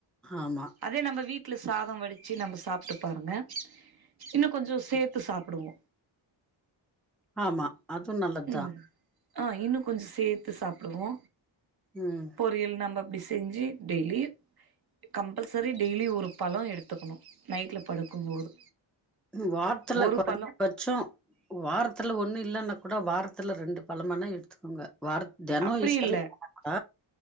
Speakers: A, in the centre; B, on the right.
A: ஆமா
B: அதே நம்ம வீட்ல சாதோ வடி ச்சு நம்ம சாப்ட்டு பாருங்க இன்னு கொஞ்சோ சேத்து சாப்புடுவோ.
A: ஆமா அது நல்லதுதா
B: ம் ஆ இன்னோ கொஞ்சோ சேத்து சாப்டுவோ
A: ம்
B: பொறியல் நம்ப அப்டி செஞ்சு டெய்லி கம்பல்சரி டெய்லி ஒரு பழோ எடுத்துக்கனோ நைட்ல படுக்கும்போது
A: வாரத்துல
B: ஒரு
A: கொறஞ்சபட்சோ
B: பழோ
A: வாரத்துல ஒன்னு இல்லன்னா கூட வாரத்துல ரெண்டு பழமானா எடுத்துக்கோங்க வார தெனோ
B: அப்டி
A: <unintelligible> ங்க
B: இல்ல